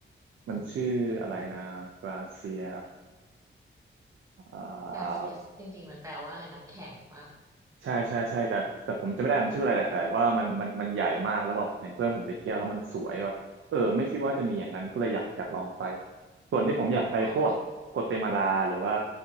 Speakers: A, on the right; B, on the right.
A: มันชื่ออะไรนะกราเซีย
B: อืม
A: อ่า
B: กาเซียสจริงๆมันแปลว่าอะไรน้ำแข็งปะ
A: ใช่ใช่ใช่แต่แต่ผมจำไม่ได้มันชื่ออะไรแหละแต่ว่ามันมันมันใหญ่มากแล้วแบบเห็นเพื่อนผมไปเที่ยวแล้วมันสวยแบบเออไม่คิดว่าจะมีอย่างนั้นก็เลยอยากอยากลองไปส่วนที่ผมอยากไปพวกโกเตมาลาหรือว่า
B: อ๋อเลย